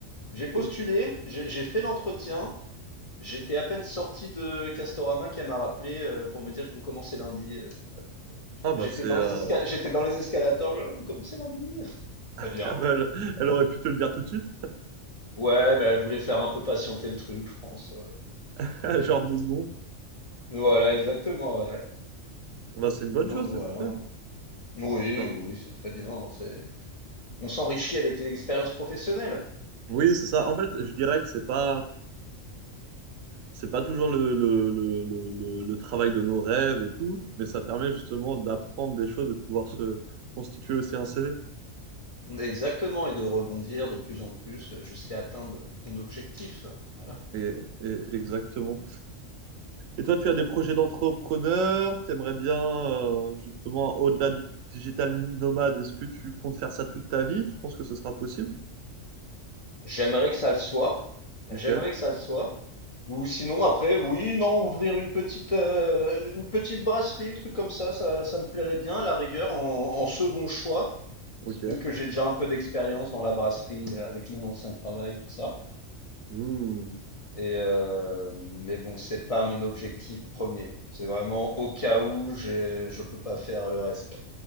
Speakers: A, on the left; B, on the right.
A: j'ai postulé,
B: Oh.
A: j'ai j'ai fait l'entretien J'étais à peine sorti de Castorama qu'elle m'a rappelé euh, pour me dire que vous commencez lundi. Euh,
B: Ah bah
A: J'étais
B: c'est,
A: dans
B: euh,
A: les esca- j'étais dans les escalators. Ouais, vous commencez lundi? Très
B: <laughs>
A: bien.
B: elle, elle aurait pu te le dire tout de suite,
A: Ouais, bah, elle voulait faire un peu patienter le truc, je pense. euh.
B: <laughs> genre deux secondes.
A: Voilà, exactement. ouais.
B: Bah c'est une bonne
A: Donc
B: chose,
A: voilà.
B: c'est super.
A: Oui,
B: Enfin,
A: oui, oui, c'est très bien. hein, C'est... On s'enrichit avec les expériences professionnelles.
B: Oui, c'est ça. En fait, je dirais que c'est pas, c'est pas toujours le, le, le, le, le- le travail de nos rêves et tout, mais ça permet justement d'apprendre des choses et de pouvoir se constituer aussi un CV.
A: Exactement, et de rebondir de plus en plus jusqu'à atteindre ton objectif. Voilà.
B: Et, et- exactement. Et toi, tu as des projets d'entrepreneur, t'aimerais bien, euh, justement, au-delà du digital nomade, est-ce que tu comptes faire ça toute ta vie? Tu penses que ce sera possible?
A: J'aimerais que ça le soit.
B: Ok,
A: J'aimerais que ça le soit. Ou sinon, après, oui, non, ouvrir une petite, euh, une petite brasserie, truc comme ça, ça, ça me plairait bien, à la rigueur, en, en second choix,
B: ok.
A: vu que j'ai déjà un peu d'expérience dans la brasserie euh, avec mon ancien travail, tout ça.
B: Hmm,
A: Et euh, mais bon, c'est pas mon objectif premier. C'est vraiment au cas où j'ai, je peux pas faire le reste, quoi.